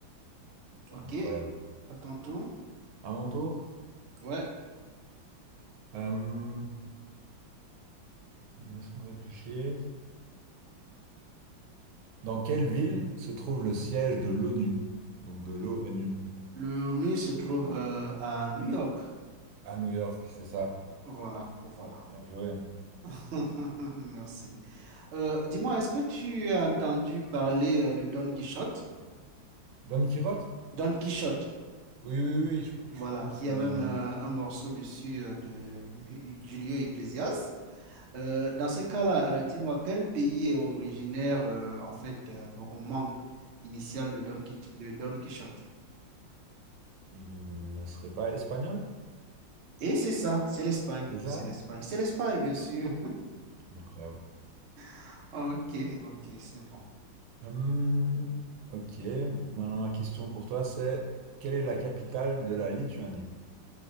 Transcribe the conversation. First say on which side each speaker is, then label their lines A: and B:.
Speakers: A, on the right; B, on the right.
A: Ok,
B: incroyable.
A: à ton tour.
B: À mon tour,
A: Ouais,
B: euh, laisse-moi réfléchir. Dans quelle ville se trouve le siège de l'ONU? Donc de l'O N U.
A: le nœud se trouve euh, à New York.
B: À New York, c'est ça.
A: Voilà, voilà.
B: Bien joué.
A: <laughs> Merci. Euh, dis-moi, est-ce que tu as entendu parler euh, de Don Quichotte?
B: Don Quirote?
A: Don Quichotte,
B: Oui, oui, oui, je,
A: voilà.
B: je- c'est
A: Il y a même
B: un,
A: euh, un morceau dessus euh, de Julio Iglesias. Euh, dans ce cas-là, euh, dis-moi, quel pays est originaire, euh, en fait, euh, le roman initial de Don, Quich- de Don Quichotte?
B: Il ne serait pas espagnol,
A: Et c'est ça, c'est l'Espagne,
B: c'est ça?
A: c'est l'Espagne, c'est l'Espagne, bien sûr.
B: Incroyable.
A: <laughs> Ok, ok, c'est bon.
B: Hum, ok, maintenant ma question pour toi, c'est quelle est la capitale de la Lituanie?